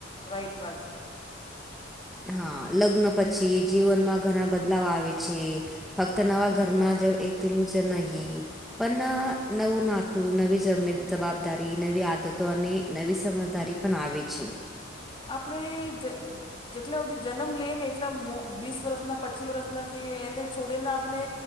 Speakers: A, on the left (about 25°); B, in the centre.
A: રાઈટ વાત.
B: હા લગ્ન પછી જીવનમાં ઘણા બદલાવ આવે છે. ફક્ત નવા
A: સાચી
B: ઘરમાં
A: વાત છે
B: જ એુલું જ નહી પણ નવું ના. નવી જવાબદારી નવી આદતો અને નવી સમજદારી પણ આવે છે.
A: આપણે જ. જેટલા બધી જન્મ લઈએ ને એટલા વીસ વર્ષના પચી વર્ષનાથી એને છોડીને આપણે.